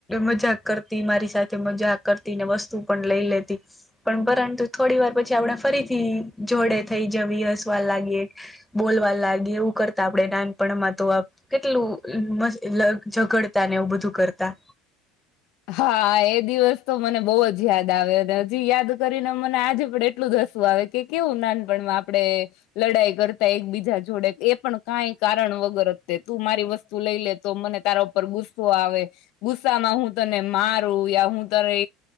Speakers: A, in the centre; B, on the left.
A: મજાક કરતી મારી સાથે મજાક કરતી ને વસ્તુ પણ લઈ લેતી પણ પરંતુ થોડી વાર પછી આપણે ફરીથી જોડે થઈ જવી હસવા લાગી બોલવા લાગી એવું કરતા આપડે નાનપણમાં તો કેટલું મસ્ત ઝઘડતા ને એવું બધું કરતા
B: હા એ દિવસ તો મને બઉ જ યાદ આવે અને હજી યાદ કરીને મને આજે પણ એટલું જ હસું આવે કે કેવું નાનપણમાં આપણે લડાઈ કરતા એકબીજા જોડે એ પણ કાઈ કારણ વગર જ તે તું મારી વસ્તુ તું લઈ લે તો મને તારા ઉપર ગુસ્સો આવે ગુસ્સામાં હું તને મારું યા હું તારે